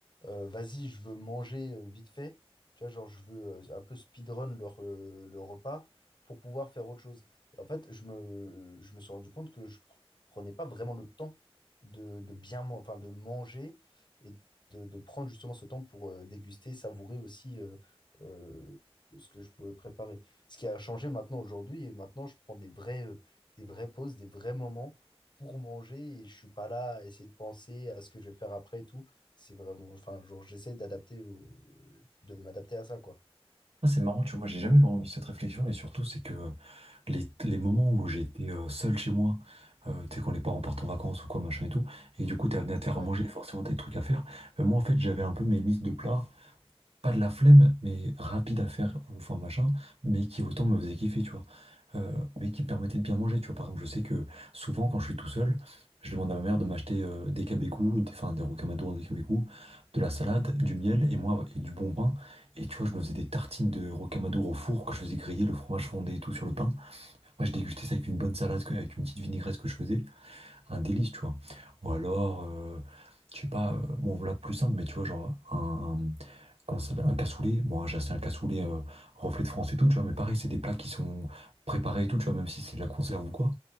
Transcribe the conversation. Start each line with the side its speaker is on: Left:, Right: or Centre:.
Left: euh, vas-y, je veux manger euh, vite fait, tu vois, genre je veux euh, un peu speedrun leur, euh, le repas pour pouvoir faire autre chose. Et en fait, je me, je me suis rendu compte que je prenais pas vraiment le temps de, de bien, man- enfin, de manger et de, de prendre justement ce temps pour euh, déguster, savourer aussi euh, euh, ce que je pouvais préparer. Ce qui a changé maintenant aujourd'hui, et maintenant je prends des vrais, euh, des vraies pauses, des vrais moments pour manger et je suis pas là à essayer de penser à ce que je vais faire après et tout c'est vraiment, enfin, genre, j'essaie d'adapter au- de m'adapter à ça, quoi.
Right: Ah, c'est marrant, tu vois, moi j'ai jamais vraiment eu cette réflexion et surtout c'est que les, les moments où j'étais euh, seul chez moi, euh, tu sais quand les parents partent en vacances ou quoi machin et tout, et du coup t'as venu à te faire
Left: Ouais.
Right: à manger, forcément t'as des trucs à faire, euh, moi en fait j'avais un peu mes listes de plats pas de la flemme, mais rapide à faire, enfin machin, mais qui autant me faisait kiffer, tu vois. Euh, mais qui me permettait de bien manger, tu vois. Par exemple, je sais que souvent, quand je suis tout seul, je demande à ma mère de m'acheter euh, des cabecous, des, enfin des rocamadours, des cabecous, de la salade, du miel et moi et du bon pain. Et tu vois, je me faisais des tartines de rocamadour au four que je faisais griller le fromage fondé et tout sur le pain. Moi, je dégustais ça avec une bonne salade, que- avec une petite vinaigrette que je faisais, un délice, tu vois. Ou alors, euh, je sais pas, euh, bon là plus simple, mais tu vois, genre un, comment ça s'appelle, un cassoulet. Bon, j'ai acheté un cassoulet euh, reflet de France et tout, tu vois, mais pareil, c'est des plats qui sont préparés et tout, tu vois, même si c'est de la conserve ou quoi.